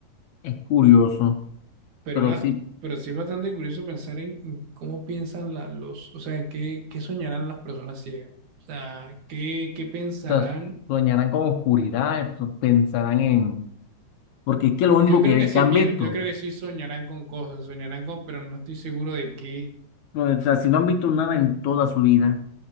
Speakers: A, on the left; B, on the right.
A: es curioso,
B: Pero,
A: pero
B: una,
A: sí
B: pero sí es bastante curioso pensar en, en cómo piensan la- los, o sea, en qué, qué soñarán las personas ciegas. O sea, qué, qué pensarán.
A: o sea, soñarán con oscuridad, eh, pues, pensarán en... Porque es que lo único
B: Yo creo
A: que,
B: que sí
A: que han
B: piensan,
A: visto,
B: yo creo que sí soñarán con cosas, soñarán con, pero no estoy seguro de qué
A: o sea, si no han visto nada en toda su vida,